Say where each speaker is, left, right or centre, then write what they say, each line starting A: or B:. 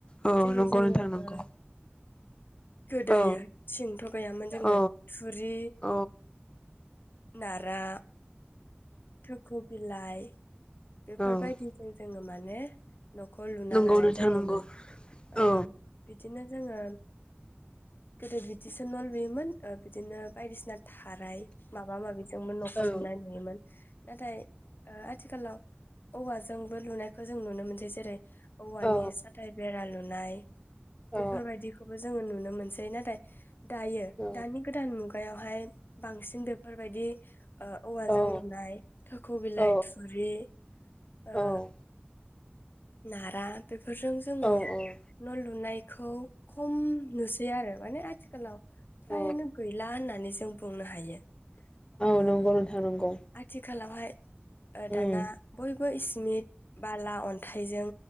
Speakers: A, on the left; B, on the left.
A: औ
B: जेरै
A: नंगौ
B: जोङो
A: नोंथां नंगौ।
B: ओ गोदोयो
A: औ
B: थगायामोन जोङो
A: औ
B: थुरि,
A: औ
B: नारा, थख'बिलाइ बेफोर
A: औ
B: बायदिजों जोङो माने न' खौ लुना
A: नंगौ
B: लानाय
A: नोंथां
B: जायोमोन
A: नंगौ
B: ओ
A: औ
B: बिदिनो जोङो गोदो बिद दिसो न' लुयोमोन ओ बिदिनो बायदिसिना थाराय माबा माबि जोंबो न'खौ
A: औ
B: लुनाय नुयोमोन। नाथाय ओ आथिखालाव औवाजोंबो लुनायखौ जों नुनो मोनसै। जेरै औवानि
A: औ
B: साथाय बेरा लुनाय
A: औ
B: बेफोरबायदि खोबो जोङो नुनो मोनसै। नाथाय दायो
A: औ
B: दानि गोदान मुगायावहाय बांसिन बेफोरबायदि ओ औवाजों
A: औ
B: लुनाय थख' बिलाइ
A: औ
B: थुरि
A: औ
B: ओ नारा बे फोरजों जोङो
A: औ
B: न' लुनाय खौ खम नुसै आरो माने आथिखालाव फ्रायानो
A: औ
B: गैला होननानै जों बुंनो हायो।
A: नंगौ
B: ओ
A: नोंथां नंगौ।
B: आथिखालावहाय ओ
A: उम
B: दाना बयबो इसिमिट बाला अन्थाइजों